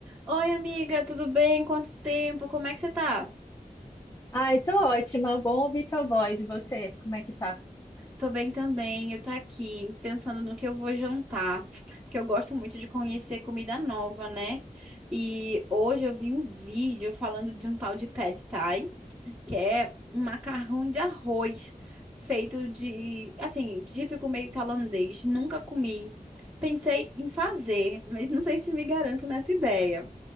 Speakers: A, on the right; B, on the left.
A: Oi, amiga, tudo bem? Quanto tempo? Como é que você tá?
B: Ai, tô ótima. Bom ouvir tua voz. E você, como é que tá?
A: Tô bem também. Eu tô aqui pensando no que eu vou jantar, porque eu gosto muito de conhecer comida nova, né? E hoje eu vi um vídeo falando de um tal de pad thai, que é um macarrão de arroz feito de, assim, típico meio tailandês. Nunca comi. Pensei em fazer, mas não sei se me garanto nessa ideia.